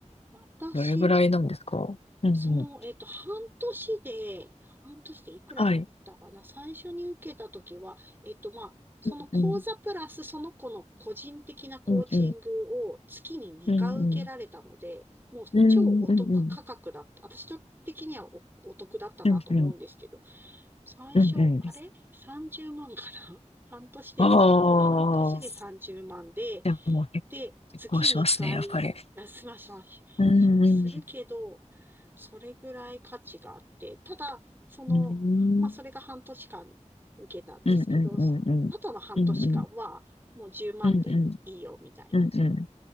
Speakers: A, on the right; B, on the left.
A: 私
B: どれぐらいなんですかうんうん。
A: その、えっと、半年で、半年でいくらだったかな最初に受けたときは、
B: はい。
A: えっと、まあ、その講座プラスその子の個人的なコーチングを月に2回受けられたので、
B: うんうん。うんうん。うんうん。
A: もう超お得価格だった。
B: うんうんうん。
A: 私的にはお、お得だったなと思うんですけど、
B: うんうん。
A: 最初、
B: うんうん。
A: あれ ?30 万かな <laughs> 半年で、
B: ああ、
A: でも半年で30万で、
B: でも結
A: で、月に2回、
B: 構しますね、やっぱり。
A: あ、ますましませしするけど、
B: うんうん。
A: それぐらい価値があって、ただ、その、
B: うん
A: まあ、それが半年間受けたんですけど、
B: うんうんうんうん。
A: あとの半年間は、
B: うんうん。
A: もう10万でいいよ、
B: うんうん。
A: みたいな、
B: うんうん。